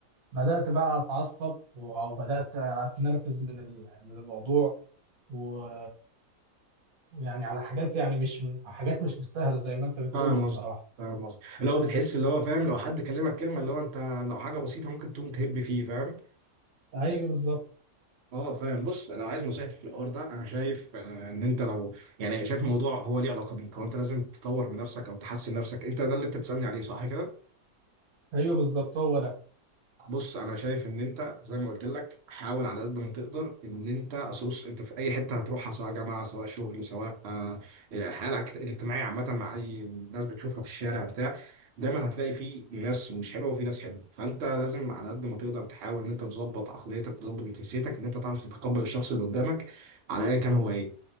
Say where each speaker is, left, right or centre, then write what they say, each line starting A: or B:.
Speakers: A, on the right; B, on the right.
A: بدأت بقى اتعصب و- وبدأت اتنرفز من ال- من الموضوع و... ويعني على حاجات يعني مش حاجات مش مستاهلة زي ما انت بتقول
B: فاهم
A: الصراحة
B: قصدك فاهم قصدك اللي هو
A: اه
B: بتحس اللي هو فاهم لو حد كلمك كلمه اللي هو انت لو حاجه بسيطه ممكن تقوم تهب فيه فاهم
A: ايوه بالظبط
B: اه فاهم بص لو عايز نصيحتي في الحوار ده انا شايف آه، ان انت لو يعني شايف الموضوع هو ليه علاقه بيك هو انت لازم تطور من نفسك او تحسن نفسك انت ده اللي انت بتسالني عليه صح كده
A: ايوه بالظبط هو
B: بص انا شايف ان انت زي ما قلت لك حاول على قد ما تقدر ان انت اصل بص انت في اي حته هتروحها سواء جامعه سواء شغل سواء آه، حالك الاجتماعيه عامه مع اي ناس بتشوفها في الشارع بتاع دايما هتلاقي في ناس مش حلوه وفي ناس حلوه فانت لازم على قد ما تقدر تحاول ان انت تظبط عقليتك تظبط نفسيتك ان انت تعرف تتقبل الشخص اللي قدامك على ايا كان هو ايه